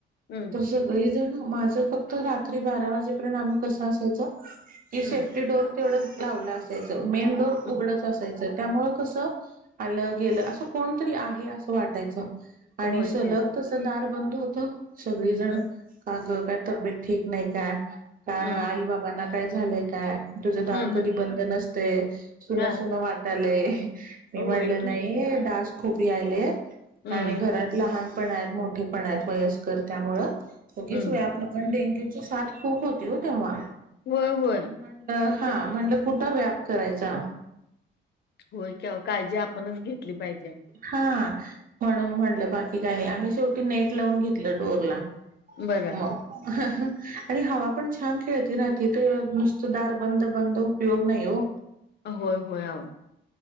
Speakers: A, on the left; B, on the right.
A: हम्म
B: तसं काही जणअ माझं, फक्त रात्री बारा वाजेपर्यंत आम्ही कसं असायचो? हे सेफ्टी
A: हम्म
B: डोअर तेवढच लावलं असायचं. मेन डोअर
A: हम्म
B: उघडच असायचं. त्यामुळं कसं? आलं, गेलं, असं कोणीतरी आहे असं वाटायचं. आणि
A: हम्म होय
B: सलग
A: की
B: तसं दार बंद होतं. सगळीजण
A: हम्म
B: कागद काय तब्येत ठीक नाही काय का
A: हम्म
B: आई बाबांना? काय झालंय काय? तुझं दार
A: हम्म
B: कधी
A: हम्म
B: बंद नस ते सुन
A: हा
B: सुनं वाटालंय? मी
A: होय
B: म्हणलं
A: की
B: नाही डास खूप यायलेत
A: हम्म
B: आणि घरात लहान पण आहेत, मोठे पण आहेत वयस्कर त्यामुळं उगीच
A: हम्म
B: व्याप नको डे ची साथ खूप होती हो तेव्हा
A: होय होय
B: म्हणलं, हा
A: ते
B: म्हणलं कुठं व्याप करायचा
A: होय कि आवो काळजी आपणच घेतली पाहिजे.
B: हा म्हणून म्हणलं बाकी काही नाही. आम्ही शेवटी नेट लावून घेतलं डोर ला.
A: बघा
B: म्ह. आणि हवा पण छान खेळती राहते ते नुसतं दार बंद-बंद उपयोग नाहीये ओ
A: होय होय अहो.